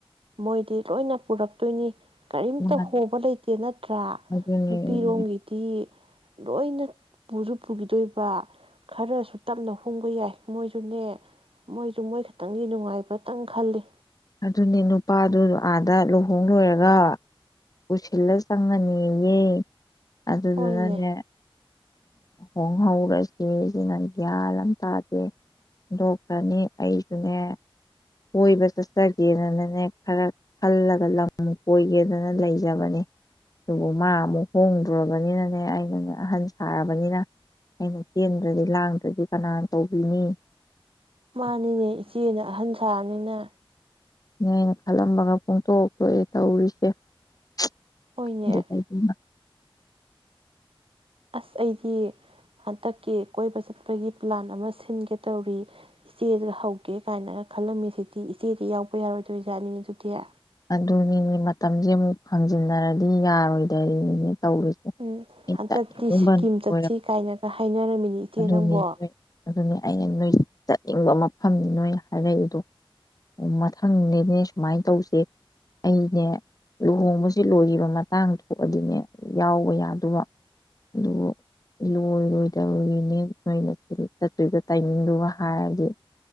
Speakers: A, on the right; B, on the left.
A: ꯃꯣꯏꯗꯤ ꯂꯣꯏꯅ ꯄꯨꯔꯛꯇꯩꯅꯤ ꯀꯔꯤꯝꯇ
B: ꯃꯥꯅꯦ
A: ꯍꯣꯕ ꯂꯩꯇꯦ ꯅꯠꯇ꯭ꯔ
B: ꯑꯗꯨꯅꯦ ꯑꯗꯨꯅꯦ
A: ꯔꯣꯝꯒꯤꯗꯤ ꯂꯣꯏꯅ ꯄꯨꯁꯨ ꯄꯨꯈꯤꯗꯩꯕ ꯈꯔꯁꯨ ꯇꯞꯅ ꯍꯣꯡꯕ ꯌꯥꯏ ꯃꯣꯏꯁꯨꯅꯦ ꯃꯣꯏꯁꯨ ꯃꯣꯏꯈꯇꯪꯒꯤ ꯅꯨꯡꯉꯥꯏꯕꯇꯪ ꯈꯟꯂꯤ
B: ꯑꯗꯨꯅꯦ ꯅꯨꯄꯥꯗꯨ ꯑꯥꯗ ꯂꯨꯍꯣꯡ ꯂꯣꯏꯔꯒ ꯄꯨꯁꯟꯂ ꯆꯪꯑꯅꯤ ꯑꯌꯦ ꯑꯗꯨꯗꯨꯅꯅꯦ
A: ꯍꯣꯏꯅꯦ
B: ꯍꯣꯡꯍꯧꯔꯁꯦꯁꯤꯅ ꯒ꯭ꯌꯥꯟ ꯑꯃ ꯇꯥꯗꯦ ꯗꯣꯛꯇ꯭ꯔꯅꯤ ꯑꯩꯁꯨꯅꯦ ꯀꯣꯏꯕ ꯆꯠꯁꯤ ꯆꯠꯆꯒꯦꯅꯅꯅꯦ ꯈꯔ ꯈꯜꯂꯒ ꯂꯝ ꯑꯃꯨꯛ ꯀꯣꯏꯒꯦꯗꯅ ꯂꯩꯖꯕꯅꯦ ꯑꯗꯨꯕꯨ ꯃꯥ ꯑꯃꯨꯛ ꯍꯣꯡꯗ꯭ꯔꯕꯅꯤꯅꯅꯦ ꯑꯩꯅꯅꯦ ꯑꯍꯟ ꯁꯥꯔꯕꯅꯤꯅ ꯑꯩꯅ ꯆꯦꯟꯗ꯭ꯔꯗꯤ ꯂꯥꯡꯗ꯭ꯔꯗꯤ ꯀꯅꯥꯅ ꯇꯧꯕꯤꯅꯤ
A: ꯃꯥꯅꯤꯅꯦ ꯏꯆꯦꯅ ꯑꯍꯟ ꯁꯥꯔꯅꯤꯅ
B: ꯎꯝ ꯈꯜꯂꯝꯕꯒ ꯄꯨꯡꯊꯣꯛ ꯇꯣꯛꯑꯦ ꯇꯧꯔꯤꯁꯦ <inaudible>
A: ꯍꯣꯏꯅꯦ ꯑꯁ ꯑꯩꯗꯤ ꯍꯟꯗꯛꯀꯤ ꯀꯣꯏꯕ ꯆꯠꯄꯒꯤ ꯄ꯭ꯂꯥꯟ ꯑꯃ ꯁꯤꯟꯒꯦ ꯇꯧꯔꯤ ꯏꯆꯦꯗ ꯍꯧꯒꯦ ꯀꯥꯏꯅꯒ ꯈꯜꯂꯝꯃꯤ ꯁꯤꯗꯤ ꯏꯆꯦꯗꯤ ꯌꯥꯎꯕ ꯌꯥꯔꯣꯏꯗꯣꯏꯖꯥꯠꯅꯤꯅꯦ ꯑꯗꯨꯗꯤ
B: ꯑꯗꯨꯅꯤꯅꯦ ꯃꯇꯝꯁꯦ ꯑꯃꯨꯛ ꯐꯥꯡꯖꯤꯟꯅꯔꯗꯤ ꯌꯥꯔꯣꯏꯗꯔꯤꯅꯤꯅꯦ ꯇꯧꯔꯤꯁꯦ
A: ꯎꯝ
B: ꯑꯩ
A: ꯍꯟꯗꯛꯇꯤ
B: ꯆꯠꯅꯤꯡꯕ
A: ꯁꯤꯀꯤꯝ
B: ꯂꯣꯏꯔꯕ
A: ꯆꯠꯁꯤ ꯀꯥꯏꯅꯒ ꯍꯥꯏꯅꯔꯝꯃꯤꯅꯤ ꯏꯆꯦ
B: ꯑꯗꯨꯅꯤ
A: ꯅꯪꯕꯣ
B: ꯑꯩ ꯑꯗꯨꯅꯤ ꯑꯩꯅ ꯅꯣꯏꯗ-ꯗ ꯏꯪꯕ ꯃꯐꯝꯅꯤ ꯅꯣꯏꯅ ꯍꯥꯏꯔꯛꯏꯗꯣ ꯃ-ꯃꯊꯪꯗꯩꯗꯤ ꯁꯨꯃꯥꯏ ꯇꯧꯁꯤ ꯑꯩꯅꯦ ꯂꯨꯍꯣꯡꯕꯖꯤ ꯂꯣꯏꯒꯤꯕ ꯃꯇꯥꯡ ꯊꯣꯛꯑꯗꯤꯅꯦ ꯌꯥꯎꯕ ꯌꯥꯗꯨꯕ ꯑꯗꯨꯕꯨ ꯂꯣꯏꯔꯣꯏꯗ <unintelligible> ꯅꯦ ꯍꯥꯏꯅ ꯆꯠꯇꯨꯏꯕ ꯇꯥꯏꯃꯤꯡꯗꯨꯒ ꯍꯥꯏꯔꯗꯤ